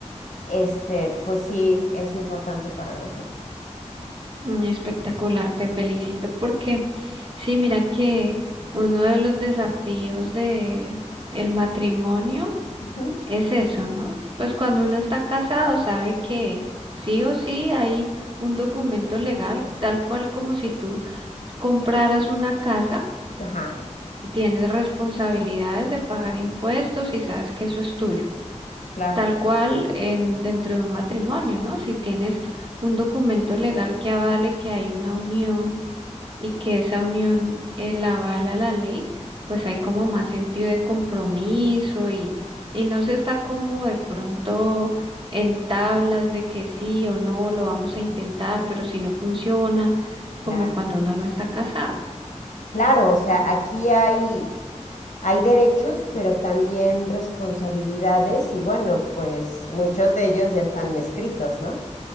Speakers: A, on the left; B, on the right.
A: este, pues sí es importante para nosotros.
B: Mm, Espectacular, te felicito porque sí, mira que uno de los desafíos de el matrimonio
A: Ujú,
B: es eso, ¿no? Pues cuando uno está casado sabe que sí o sí hay un documento legal tal cual como si tú compraras una casa
A: Ajá,
B: Tienes responsabilidades de pagar impuestos y sabes que eso es tuyo.
A: claro,
B: Tal cual en, dentro de un matrimonio, ¿no? Si tienes un documento legal que avale que hay una unión y que esa unión eh, la avala la ley, pues
A: Ujú.
B: hay como más sentido de compromiso y, y no se está como de pronto en tablas de que sí o no lo vamos a intentar, pero si no funciona,
A: claro.
B: como cuando uno no está casado.
A: Claro, o sea, aquí hay, hay derechos, pero también responsabilidades y bueno, pues muchos de ellos ya están escritos, ¿no?